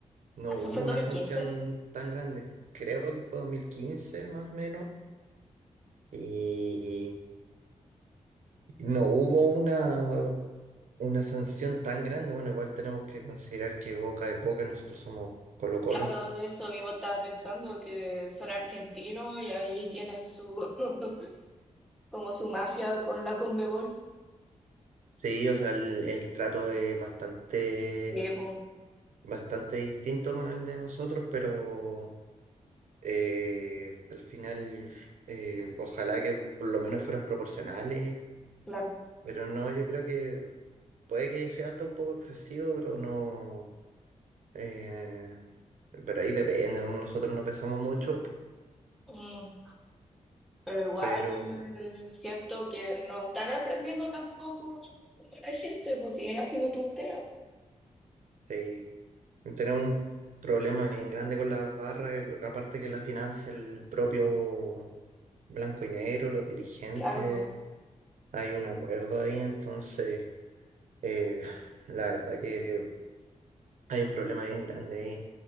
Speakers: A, on the right; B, in the centre.
A: no
B: Ah, Eso
A: hubo
B: fue
A: una
B: el dos mil
A: sanción
B: quince.
A: tan grande. Creo que fue 2015 más o menos. Y no hubo una, una sanción tan grande. Bueno, igual tenemos que considerar que Boca es Boca y nosotros somos Colo-Colo.
B: Claro, eso mismo estaba pensando, que son argentinos y ahí tienen su <laughs> como su mafia con la Conmebol.
A: Sí, o sea, el, el trato es bastante,
B: Sí, pues,
A: bastante distinto con el de nosotros, pero... Eh, al final, eh, ojalá que por lo menos fueran proporcionales,
B: claro.
A: pero no, yo creo que puede que haya sido hasta un poco excesivo, pero no. eh, pero ahí depende, ¿no? nosotros no pesamos mucho,
B: Mm, Pero igual
A: pero
B: eh, siento que no están aprendiendo tampoco como la gente, pues siguen haciendo tonteras.
A: sí, tenemos un problema bien grande con la barra, que lo- aparte que la financia el propio Blanco y Negro, los dirigentes,
B: Claro, pues.
A: hay un acuerdo ahí, entonces, eh, <laughs> la verdad que hay un problema bien grande ahí.